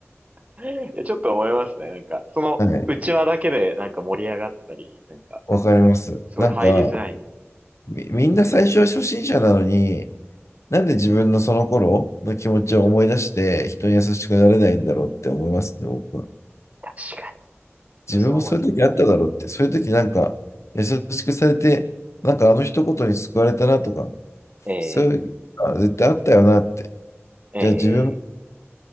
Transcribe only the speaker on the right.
<laughs> ちょっと思いますね。なんか、その、
内輪だけで、なんか盛り上がったり、なんか、
すごい入りづらい。
確かに。そうそう思います。
え
え、
ええ、